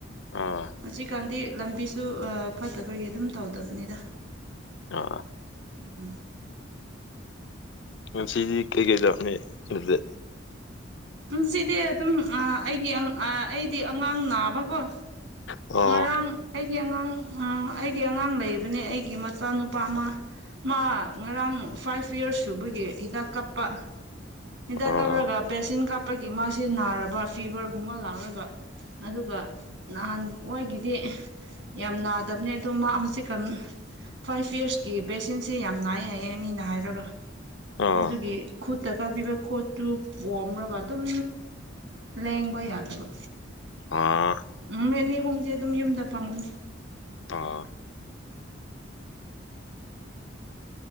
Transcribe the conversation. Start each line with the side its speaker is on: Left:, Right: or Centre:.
Left: ꯑꯥ
Right: ꯍꯧꯖꯤꯛꯀꯥꯟꯗꯤ ꯂꯝꯕꯤꯁꯨ ꯑꯥ ꯐꯠꯇꯕꯒꯤ ꯑꯗꯨꯝ ꯇꯧꯗꯕꯅꯤꯗ
Left: ꯑꯥ
Right: ꯎꯝ
Left: ꯉꯥꯁꯤꯗꯤ ꯀꯩꯀꯩꯗꯧꯅꯤ ꯑꯗꯨꯗꯤ
Right: ꯅꯨꯡꯁꯤꯗꯦ ꯑꯗꯨꯝ ꯑꯥ ꯑꯩꯒꯤ ꯑꯪ ꯑꯥ ꯑꯩꯗꯤ ꯑꯉꯥꯡ ꯅꯥꯕꯀꯣ
Left: ꯑꯣ
Right: ꯉꯔꯥꯡ ꯑꯩꯒꯤ ꯑꯉꯥꯡ ꯑꯥ ꯑꯩꯒꯤ ꯑꯉꯥꯡ ꯂꯩꯕꯅꯦ ꯑꯩꯒꯤ ꯃꯆꯥꯅꯨꯄꯥ ꯑꯃ ꯃꯥ ꯉꯔꯥꯡ ꯐꯥꯏꯚ ꯌꯔꯁ ꯁꯨꯕꯒꯤ ꯍꯤꯗꯥꯛ ꯀꯥꯞꯄ ꯍꯤꯗꯥꯛ
Left: ꯑꯣ
Right: ꯀꯞꯔꯒ ꯄꯦꯁꯤꯟ ꯀꯞ ꯍꯥꯞꯄꯒꯤ ꯃꯥꯁꯦ ꯅꯥꯔꯕ ꯐꯤꯕꯔꯒꯨꯝꯕ ꯂꯥꯛꯔꯒ ꯑꯗꯨꯒ ꯅꯍꯥꯟ ꯑꯣꯏꯒꯤꯗꯤ ꯌꯥꯝ ꯅꯥꯗꯕꯅꯦ ꯑꯗꯣ ꯃꯥ ꯍꯧꯖꯤꯛ ꯐꯥꯏꯚ ꯌꯔꯁꯀꯤ ꯕꯦꯁꯤꯟꯁꯦ ꯌꯥꯝ ꯅꯥꯏ ꯍꯥꯏꯌꯦ ꯃꯤꯅ ꯍꯥꯏꯔꯒ
Left: ꯑꯣ
Right: ꯑꯗꯨꯒꯤ ꯈꯨꯠꯇ ꯀꯥꯄꯤꯕ ꯈꯣꯠꯇꯨ ꯑꯣꯝꯔꯒ ꯑꯗꯨꯝ ꯂꯦꯡꯕ ꯌꯥꯗꯕ
Left: ꯑꯥ
Right: ꯎꯝ ꯃꯦꯅꯤ ꯒꯨꯝꯗꯤ ꯑꯗꯨꯝ ꯌꯨꯝꯗ ꯐꯪꯒꯅꯤ
Left: ꯑ